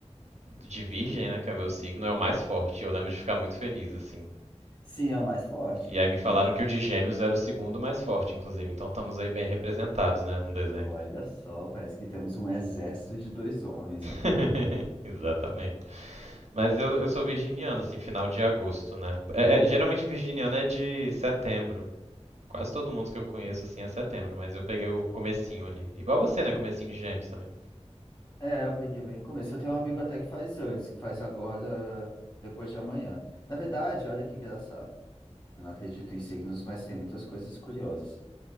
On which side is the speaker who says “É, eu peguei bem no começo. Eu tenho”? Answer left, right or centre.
Left